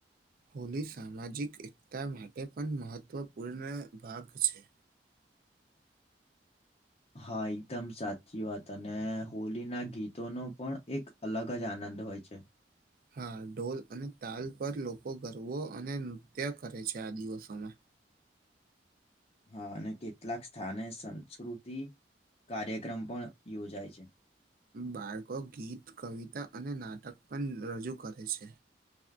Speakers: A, on the right (about 55°); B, on the left (about 35°).
A: હોલી સામાજિક એકતા માટે પણ મહત્વપૂર્ણ ભાગ છે.
B: હા એકદમ સાચી વાત અને હોલી ના ગીતોનો પણ એક અલગ જ આનંદ હોય છે.
A: હા ઢોલ અને તાલ પર લોકો ગરબો અને નૃત્ય કરે છે આ દિવસોમાં.
B: હા અને કેટલાક સ્થાને સંસ્કૃતિ કાર્યક્રમ પણ યોજાય છે.
A: બાળકો ગીત કવિતા અને નાટક પણ રજૂ કરે છે.